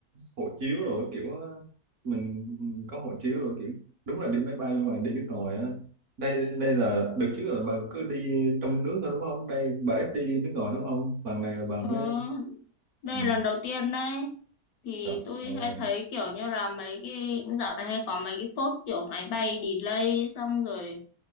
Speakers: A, on the right; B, on the left.
A: hộ chiếu rồi kiểu ờ, mình có hộ chiếu rồi kiểu đúng là đi máy bay mà đi nước ngoài á. Đây đây là đợt trước là bà cứ đi trong nước thôi đúng không? Đây bà ít đi nước ngoài đúng không? Lần này là bà
B: ừ,
A: mới
B: đây
A: ừ,
B: là lần đầu tiên đấy. Thì
A: rồi,
B: tôi
A: ờ,
B: hay thấy kiểu như là mấy cái dạo này hay có mấy cái phốt kiểu máy bay delay xong rồi